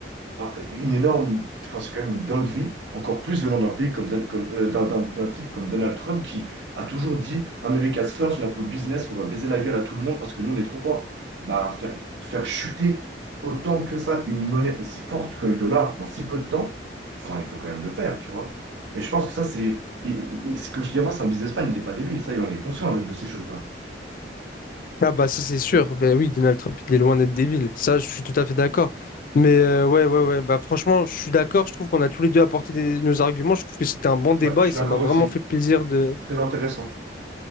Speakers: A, on the right; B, on the left.
A: Alors, une énorme, enfin, c'est quand même une dinguerie, encore plus venant d'un pays comme, Don- comme, euh, d'un d'un- d'un type comme Donald Trump qui a toujours dit America's first, là pour le business, on va baiser la gueule à tout le monde parce que nous on est trop fort. Bah, faire, faire chuter autant que ça une monnaie aussi forte que le dollar en si peu de temps, enfin, il faut quand même le faire, tu vois. Et je pense que ça, c'est, il- il- il- c'est comme je dis avant, c'est un businessman, il n'est pas débile, ça, il en est conscient de de ces choses-là.
B: Ah bah ça c'est sûr,
A: Euh,
B: ben oui, Donald Trump il est loin d'être débile, ça je suis tout à fait d'accord. Mais euh, ouais, ouais, ouais, bah franchement je suis d'accord, je trouve qu'on a tous les deux apporté des- nos arguments, je trouve que c'était un bon débat
A: Ouais, je suis
B: et ça
A: d'accord
B: m'a vraiment
A: aussi.
B: fait plaisir de...
A: Très intéressant.